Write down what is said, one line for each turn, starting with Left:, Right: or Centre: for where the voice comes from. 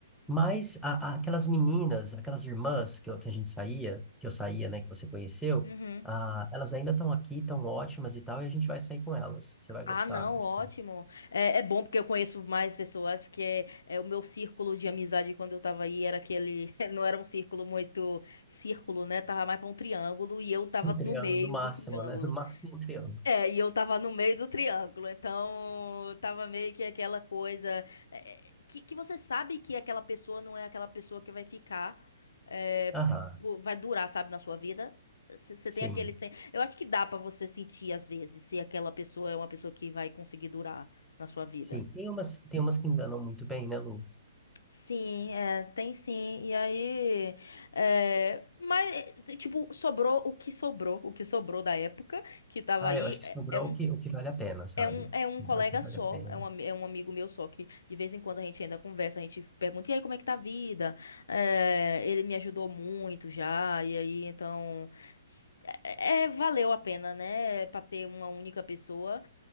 Centre: mas a- a- aquelas meninas, aquelas irmãs que, eu- que a gente saía, que eu saía, né, que você conheceu,
Left: Uhum.
Centre: ah, elas ainda estão aqui, estão ótimas e tal, e a gente vai sair com elas. Você vai
Left: Ah,
Centre: gostar.
Left: não,
Centre: de-
Left: ótimo. É, é bom porque eu conheço mais pessoas, porque é, o meu círculo de amizade quando eu tava aí era aquele, <laughs> não era um círculo muito círculo, né? Tava mais pra um triângulo e eu tava
Centre: Um triângulo
Left: no meio
Centre: no máximo,
Left: do triângulo.
Centre: né? No máximo um triângulo.
Left: É, e eu tava no meio do triângulo, então tava meio que aquela coisa é, é, que, que você sabe que aquela pessoa não é aquela pessoa que vai ficar, é,
Centre: Aham,
Left: pô, vai durar, sabe, na sua vida. Você
Centre: sim,
Left: tem aquele. sen- Eu acho que dá pra você sentir às vezes se aquela pessoa é uma pessoa que vai conseguir durar na sua vida.
Centre: sim. Tem umas, tem umas que enganam muito bem, né, Lu?
Left: Sim, é, tem sim. E aí, é, mas, eh, tipo, sobrou o que sobrou, o que sobrou da época que tava
Centre: Ah,
Left: aí.
Centre: eu acho que
Left: é
Centre: sobrou
Left: é um
Centre: o que, o que vale a pena, sabe?
Left: É um, é um
Centre: Sobrou
Left: colega
Centre: o que vale
Left: só,
Centre: a pena.
Left: é um, ami- é um amigo meu só, que de vez em quando a gente ainda conversa, a gente pergunta, e aí, como é que tá a vida? Eh, ele me ajudou muito já, e aí, então, s- é, é- valeu a pena, né, pra ter uma única pessoa,